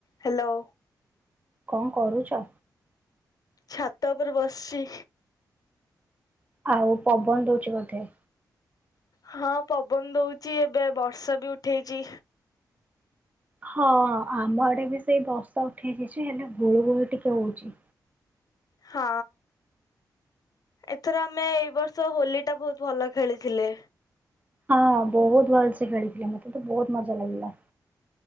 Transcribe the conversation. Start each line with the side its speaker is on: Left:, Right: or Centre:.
Left: ହ୍ୟାଲୋ।
Right: କଣ କରୁଛ।
Left: ଛାତ ଉପରେ ବସିଛି।
Right: ଆଉ ପବନ ଦଉଛି ବୋଧେ।
Left: ହଁ ପବନ ଦଉଛି ଏବେ ବର୍ଷା ବି ଉଠେଇଛି।
Right: ହଁ ଆମ ଆଡେ ବି ସେଇ ବର୍ଷାଉଠେଇଛି ଯେ ହେଲେ ଗୁଳୁ ଗୁଳି ଟିକେ ହଉଛି।
Left: ହଁ ଏଥର ଆମେ ଏଇ ବର୍ଷ ହୋଲି ଟା ବହୁତ ଭଲ ଖେଳିଥିଲେ।
Right: ହଁ ବହୁତ ଭଲ ସେ ଖେଳିଥିଲେ। ମତେ ତ ବହୁତ ମଜା ଲାଗିଲା।